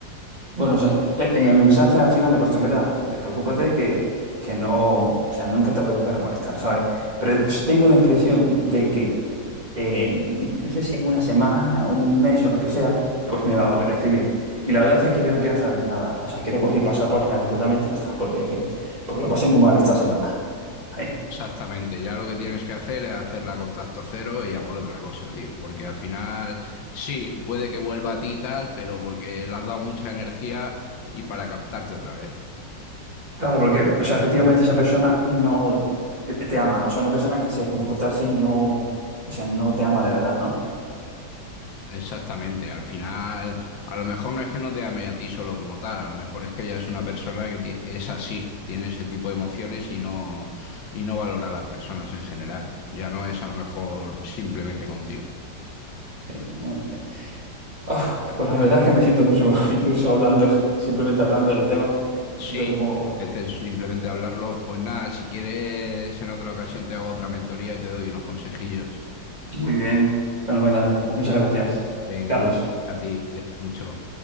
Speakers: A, on the right; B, on the left.
A: Bueno, o sea, e- en el mensaje al final le he puesto, mira, despreocúpate que, que no, o sea, nunca te voy a volver a molestar, ¿sabes? Pero es- tengo la impresión de que en, no sé si en una semana o un mes o lo que sea, pues me va a volver a escribir. Y la verdad es que yo no quiero saber nada. O sea, quiero coger y pasar página completamente y ya está, porque, porque lo pasé muy mal esta semana. Ahí.
B: Exactamente, ya lo que tienes que hacer es hacerla a contacto cero y a por otra cosa, tío. Porque al final, sí, puede que vuelva a ti y tal, pero porque le has dado mucha energía y para captarte otra vez.
A: Claro, porque, o sea, efectivamente esa persona no te te ama. O sea, una persona que se comporta así no, o sea, no te ama de verdad, ¿no?
B: Exactamente, al final, a lo mejor no es que no te ame a ti solo como tal, a lo mejor es que ya es una persona que ti- es así, tiene ese tipo de emociones y no, y no valora a las personas en general. Ya no es a lo mejor simplemente contigo.
A: Sí, no sé. Uf, pues la verdad es que me siento mucho mejor, <laughs> incluso hablando, simplemente hablando del tema, me
B: Sí,
A: siento como
B: A veces simplemente hablarlo, pues nada, si quieres en otra ocasión te hago otra mentoría y te doy unos consejillos.
A: muy bien, fenomenal. Pues muchas gracias,
B: Venga,
A: Carlos.
B: a ti, cuídate mucho.